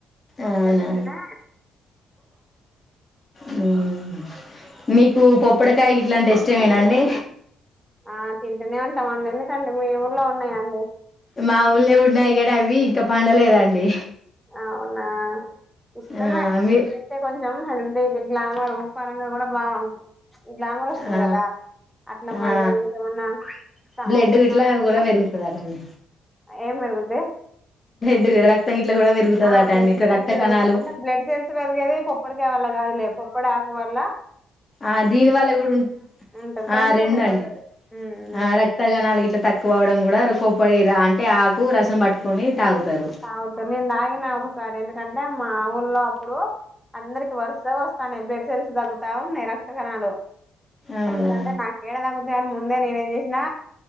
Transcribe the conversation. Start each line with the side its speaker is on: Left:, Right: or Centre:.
Left: అవునా
Centre: చెబ్తనే
Left: మ్మ్ మీకు పొప్పుడ కాయ ఇట్లాంటి ఇష్టమేన అండి
Centre: ఆ తింటనే ఉంటాం అండి ఎందుకం టే మీ ఊర్లో ఉన్నాయా అండి
Left: మా ఊళ్ళ ఉండాయ్ గాని అవి ఇంకా పండలేదండి
Centre: అవునా ఇష్టమే
Left: ఆ మీ
Centre: తింటే కొంచెం హెల్తీ గ్లామర్ పరంగా గూడ బాగుంది గ్లామర్ వస్తది
Left: ఆ
Centre: కదా అట్లా మళ్ళ
Left: ఆ
Centre: ఇంకేమన్నా స్టమక్
Left: బ్లడ్
Centre: <unintelligible>
Left: గిట్లా
Centre: ఏమన్నా ఉన్నా
Left: కూడా పెరుగుతదటండి
Centre: ఏం పెరుగుద్ది
Left: బ్లడ్ రక్తం గిట్లా కూడా పెరుగుతదటండి
Centre: ఆ బ్లడ్
Left: ఇట్లా
Centre: సెల్స్
Left: రక్త
Centre: పెరుగుతయి
Left: కణాలు
Centre: అంటే బ్లడ్ సెల్స్ పెరిగేది పప్పుడికాయ వల్ల కాదు లే పప్పడ ఆకువల్ల
Left: ఆ దీని వల్ల గుడ ఉన్
Centre: ఉంటది కొంచెం
Left: ఆ రెండండి
Centre: మంచిగా ఉంటది ఉమ్
Left: ఆ రక్తగణాలు ఇట్ల తక్కువవ్వడం కూడా కొప్పడి రాంకి ఆకు రసం పట్టుకొని తాగుతారు
Centre: తాగుతా నేన్ తాగిన ఒకసారి ఎందుకంటే మా ఊల్లో అప్పుడు అందరికి వరుసగ వస్తనాయి బెడ్ సెల్స్ తగ్గుతా ఉన్నాయి రక్త కణాలు
Left: అవునా
Centre: తగ్గుతంటే నా కేడ తగు ద్యానం ముందే నేనే ఏం చేసినా